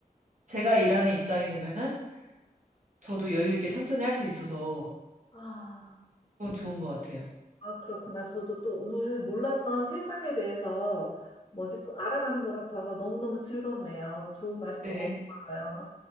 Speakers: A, on the right (about 55°); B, on the left (about 35°).
A: 제가 일하는 입장이 되면은 저도 여유 있게 천천히 할 수 있어서
B: 아,
A: 그건 좋은 것 같아요.
B: 아, 그렇구나. 저도 또 오늘 몰랐던 세상에 대해서 뭐지 또 알아가는 것 같아서 너무너무 즐겁네요. 좋은 말씀
A: 네.
B: 너무 고마워요.